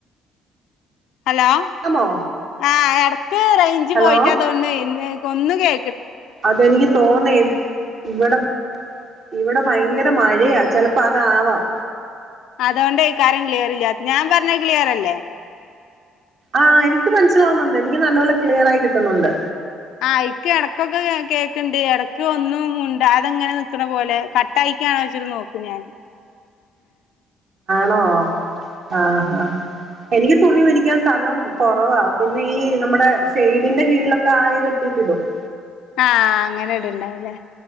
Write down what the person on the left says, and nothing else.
ഹലോ
ആ എടക്ക് റൈഞ്ച്
പോയിട്ടാ തോണ്ണ് ഇന്ന് കൊന്ന് കേ
അതോണ്ടയ്ക്കാരം ക്ലിയർല്ലാത്തത് ഞാൻ പറഞ്ഞത് ക്ലിയറല്ലേ
ആ ഇക്ക് എടക്കൊക്കെ കേക്ക്ണ്ട് എടക്ക് ഒന്നും ഉണ്ട് അതെങ്ങനെ നിക്ക്ണ പോലെ കട്ടായിക്കാണോ ഇജ്ജിത് നോക്കുമോ
ആ അങ്ങനെട്ണ്ടാവുല്ലേ